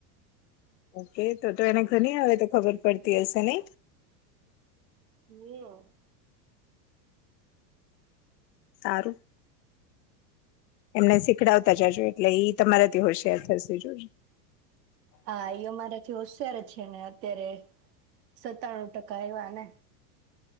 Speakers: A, on the left; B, on the right.
A: ઓકે તો તો એને ઘણી હવે તો ખબર પડતી હશે નહી.
B: હામ.
A: સારું એમને શીખડાવતા જાજો એટલે ઈ તમારાથી હોશિયાર થશે જોજ.
B: હા યો મારે <unintelligible> અત્યારે છે ને અત્યારે સત્તાણું ટકા એયવા એને